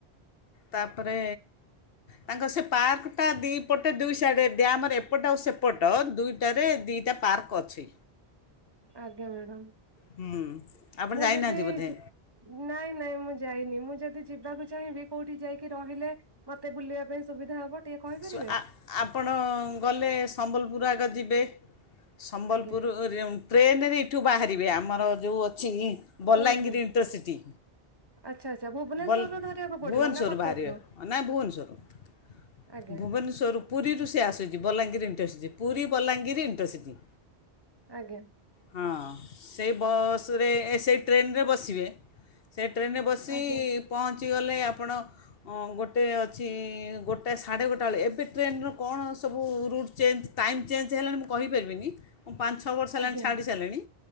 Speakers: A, on the left (about 65°); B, on the right (about 25°).
A: ତାପରେ ତାଙ୍କର ସେ ପାର୍କଟା ଦି ପଟେ ଦୁଇ ସାଇଡ୍ ରେ ଡ୍ୟାମ ରେ ଏପଟ ଆଉ ସେପଟ ଦୁଇଟାରେ ଦିଟା ପାର୍କ ଅଛି।
B: ଆଜ୍ଞା ମ୍ୟାଡାମ।
A: ହୁଁ ଆପଣ
B: ମୁଁ
A: ଯାଇନାହାନ୍ତି
B: ଯଦି
A: ବୋଧେ
B: ଯି ନାଇଁ ନାଇଁ ମୁଁ ଯାଇନି। ମୁଁ ଯଦି ଯିବାକୁ ଚାହିଁବି କୋଉଠି ଯାଇକି ରହିଲେ ମତେ ବୁଲିବା ପାଇଁ ସୁବିଧା ହବ? ଟିକେ କହିପାରିବେ
A: ସୁ ଆ ଆପଣ ଗଲେ ସମ୍ବଲପୁର ଆଗ ଯିବେ। ସମ୍ବଲପୁରୁ
B: ଆଜ୍ଞା
A: ଟ୍ରେନରେ ଏଇଠୁ ବାହାରିବେ, ଆମର ଯୋଉ ଥିଲି, ବଲାଙ୍ଗୀର
B: କୋଉଠୁ
A: ଇଣ୍ଟରସିଟି।
B: ଆଚ୍ଛା ଆଚ୍ଛା ଭୁବନେଶ୍ୱରରୁ
A: ବଲ୍
B: ଧରିବାକୁ ପଡିବ
A: ଭୁବନେଶ୍ୱର
B: ନା କଟକରୁ
A: ରୁ ବାହାରିବେ ନାଇ ଭୁବନେଶ୍ୱର ରୁ।
B: ଆଜ୍ଞା
A: ଭୁବନେଶ୍ୱରରୁ ପୁରୀରୁ ସେ ଆସୁଚି, ବଲାଙ୍ଗୀର ଇଣ୍ଟରସିଟି। ପୁରୀ ବଲାଙ୍ଗୀର ଇଣ୍ଟରସିଟି।
B: ଆଜ୍ଞା।
A: ହଁ ସେଇ ବସ୍ ରେ ସେଇ ଟ୍ରେନ୍ ରେ ବସିବେ। ସେ ଟ୍ରେନ୍ ରେ ବସି
B: ଆଜ୍ଞା
A: ପହଞ୍ଚିଗଲେ ଆପଣ, ଗୋଟେ ଅଛି ଗୋ ଗୋଟଏ ସାଢ଼େ ଗୋଟା ବେଳେ। ଏବେ ଟ୍ରେନ୍ କଣ ସବୁ ରୁଟ୍ ଚେଞ୍ଜ ଟାଇମ୍ ଚେଞ୍ଜ ହେଲାଣି ମୁଁ କହିପାରିବିନି। ମୁଁ ପାଞ୍ଚ ଛଅ ବର୍ଷ ହେଲାଣି
B: ଆଜ୍ଞା
A: ଛାଡ଼ି ସାରିଲିଣି।